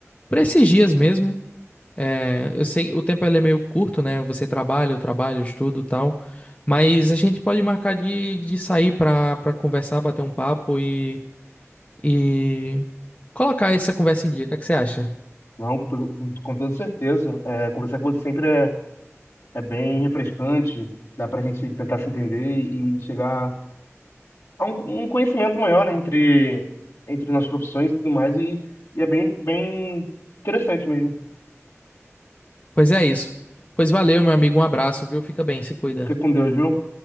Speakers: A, on the left (about 30°); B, on the left (about 70°).
A: por esses dias mesmo. É, eu sei o tempo ele é meio curto, né? Você trabalha, eu trabalho, eu estudo, e tal. Mas a gente pode marcar de, de sair pra, pra conversar, bater um papo e, e colocar essa conversa em dia. O que é que você acha?
B: Não, com, to- com, com toda certeza. É, conversar com você sempre é, é bem refrescante, dá pra gente tentar se entender e chegar há um, um conhecimento maior, né, entre, entre nossas profissões e tudo mais, e, e é bem, bem interessante mesmo.
A: Pois é isso. Pois valeu, meu amigo. Um abraço, viu? Fica bem, se cuida.
B: Fica com Deus, viu?